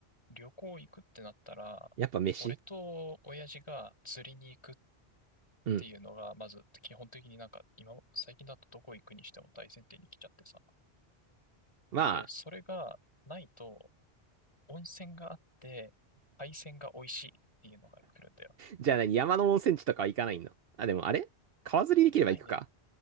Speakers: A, on the left; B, on the right.
A: 旅行行くってなったら、
B: やっぱ飯
A: 俺と親父が釣りに行くっ
B: うん。
A: ていうのが、まず基本的になんか今、最近だとどこ行くにしても大前提に来ちゃってさ。
B: まあ、
A: で、それがないと、温泉があって、海鮮が美味しいっていうのが来るんだよ。
B: じゃあ何山の温泉地とかは行かないのあ、でもあれ川釣りできれば行くか
A: 行ってないね。